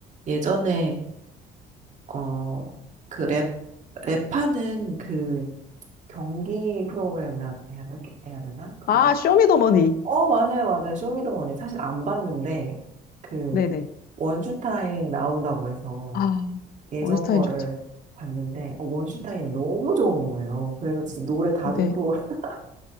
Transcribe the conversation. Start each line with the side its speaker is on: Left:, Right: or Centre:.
Right: 예전에 어 그 랩 랩하는 그 경기 프로그램이라 해야 되나? 해야 되나? 그-
Left: 아, 쇼미더머니.
Right: 어 맞아요 맞아요 쇼미더머니 사실 안 봤는데 그
Left: 네네.
Right: 원슈타인 나온다고 해서
Left: 아,
Right: 예전
Left: 원슈타인
Right: 거를
Left: 좋죠.
Right: 봤는데 어, 원슈타인이 너무 좋은 거예요. 그래서 진짜 노래 다
Left: 네.
Right: 듣고 <laughs>